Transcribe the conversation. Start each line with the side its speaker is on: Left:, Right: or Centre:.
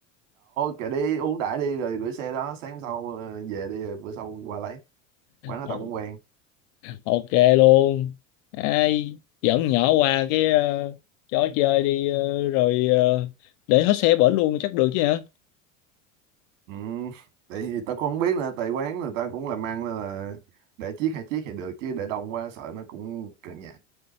Right: kệ đi uống đãi đi rồi gửi xe đó sáng sau ờ, về đi rồi bữa sau qua lấy quán đó
Left: Ồ,
Right: tao cũng quen
Left: ok luôn ai dẫn nhỏ qua cái ờ, chỗ chơi đi ờ, rồi ờ, để hết xe bển luôn chắc được chứ hả
Right: ừ. tại vì tao cũng không biết nữa tại quán người ta cũng làm ăn nên là để chiếc hai chiếc thì được chứ để đông quá sợ nó cũng cận nhạt